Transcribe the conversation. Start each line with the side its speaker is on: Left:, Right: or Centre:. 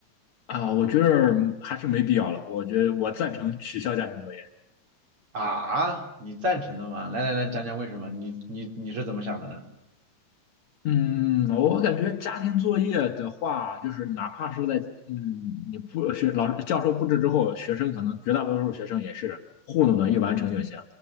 Left: 啊，我觉得还是没必要了。我觉得我赞成取消家庭作业。
Right: 啊，你赞成的吗？来来来，讲讲为什么？你你你是怎么想的呢？
Left: 嗯，我感觉家庭作业的话，就是哪怕是在嗯，你不学老师教授布置之后，学生可能绝大多数学生也是糊弄的一完成就行。